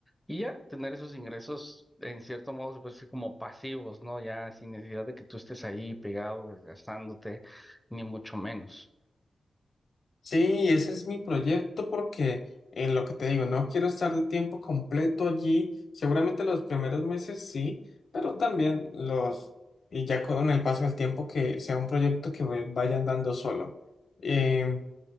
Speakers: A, in the centre; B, on the left.
A: Y ya tener esos ingresos, en cierto modo, se puede decir como pasivos, ¿no? Ya sin necesidad de que tú estés ahí pegado, desgastándote, ni mucho menos.
B: Sí, ese es mi proyecto porque en lo que te digo, no quiero estar el tiempo completo allí. Seguramente los primeros meses sí, pero también los, y ya con el paso del tiempo que sea un proyecto que ve- vaya andando solo. Em,